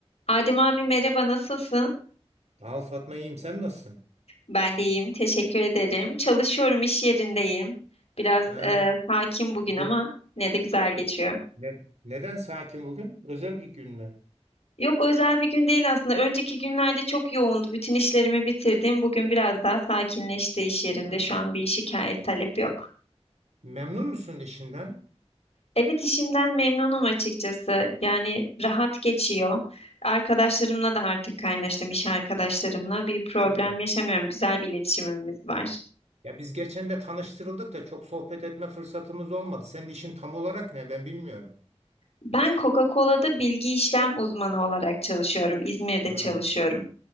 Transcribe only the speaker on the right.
Al Fatma iyiyim. Sen nasılsın?
Ha,
buyur.
Ne- neden sakin bugün? Özel bir gün mü?
Hı.
Memnun musun işinden?
Çok iyi.
Ya biz geçen de tanıştırıldık da çok sohbet etme fırsatımız olmadı. Senin işin tam olarak ne? Ben bilmiyorum.
Ha.